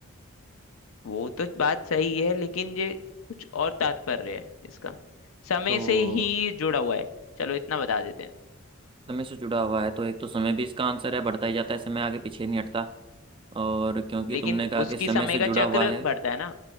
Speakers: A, on the left; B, on the right.
A: वो तो बात सही है लेकिन ये कुछ और तात्पर्य है इसका समय
B: तो
A: से ही जुड़ा हुआ है चलो इतना बता देते हैं
B: समय से जुड़ा हुआ है तो एक तो समय भी इसका आंसर है बढ़ता ही जाता है समय आगे पीछे नहीं हटता और क्योंकि
A: लेकिन
B: तुमने कहा
A: उसकी
B: कि समय
A: समय
B: से
A: का
B: जुड़ा
A: चक्र
B: हुआ है
A: बढ़ता है ना